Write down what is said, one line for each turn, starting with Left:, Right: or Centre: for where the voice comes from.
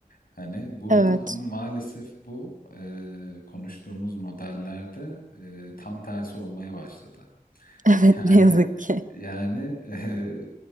Left: Hani burada
Right: Evet.
Left: ama
Right: <laughs>
Left: maalesef bu e, konuştuğumuz modellerde e, tam tersi olmaya başladı.
Right: Evet
Left: Yani
Right: ne yazık ki.
Left: yani eee,